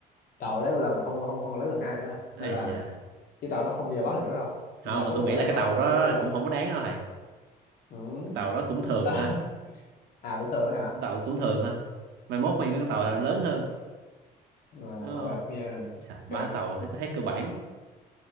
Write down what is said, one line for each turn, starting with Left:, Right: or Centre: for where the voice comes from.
Left: tàu đến một lần là không không không có đến lần hai nữa rồi
Right: ấy
Left: nên là
Right: da
Left: cái tàu nó không bao giờ bắt được nữa đâu nên
Right: không
Left: là
Right: mà
Left: phúc
Right: tôi nghĩ
Left: ờ,
Right: là cái
Left: không
Right: tàu
Left: không
Right: đó
Left: còn bao giờ
Right: cũng không có đáng đâu thầy cái
Left: ừ.
Right: tàu đó cũng thường
Left: <laughs>
Right: thôi
Left: à cũng thường đó hả
Right: cái tàu cũng thường thôi mai mốt mình cái
Left: Ừ.
Right: tàu lớn hơn
Left: à,
Right: đúng không
Left: ok phúc nha
Right: Chà, ba
Left: ok
Right: tàu thấy, thấy cơ bản